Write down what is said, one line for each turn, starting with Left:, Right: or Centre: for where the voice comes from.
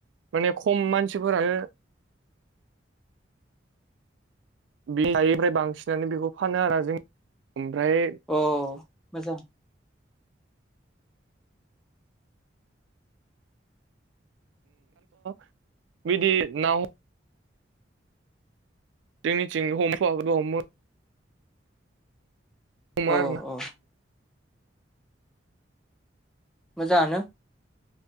Right: माने खम मानसिफोरानो बे हायैफ्राय बांसिनानो बेखौ फानो आरो जों ओमफ्राय
Centre: अ मोजां
Right: <inaudible> बिदि ना हम जोंनिथिंनो हमफाखो हमो हमो
Centre: औ
Right: आरो ना
Centre: औ मोजाङानो